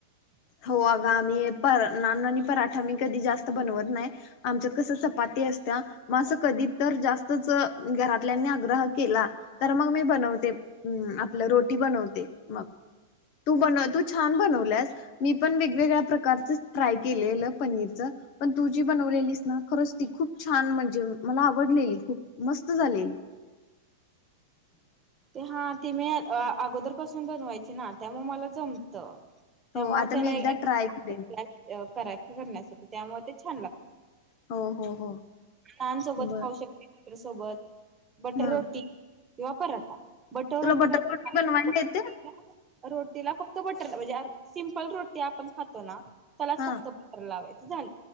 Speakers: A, on the right; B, on the left.
A: <unintelligible>
B: हो अग आम्ही पर ना पराठा मी कधी जास्त बनवत नाही आमच्या कस चपाती असत्या मग असं कधी तर जास्तच घरातल्यांनी आग्रह केला तर मग मी बनवते आपलं रोटी बनवते मग तू बन तू छान बनवल्यास मी पण वेगवेगळ्या प्रकारच ट्राय केलेलं पनीरच पण तू जी बनवलेलीस ना खरच ती खूप छान म्हणजे मला आवडलेली खूप मस्त झालेली
A: ते हा ते मी अगोदर पासून बनवायची ना त्यामुळे मला जमतं त्यामुळे
B: हो आता
A: त्याला
B: मी एकदा ट्राय करेन
A: कराय करण्यासाठी त्यामुळे ते छान लागत
B: हो हो हो
A: नानसोबत
B: बर
A: खाऊ शकते सोबत बटर
B: हा
A: रोटी किंवा पराठा बटर
B: तुला
A: रोटी म्हणजे
B: बनवायला
A: का
B: येते
A: रोटीला फक्त बटर म्हणजे सिम्पल रोटी आपण खातो ना त्यालाच
B: हा
A: फक्त बर लावायचं झा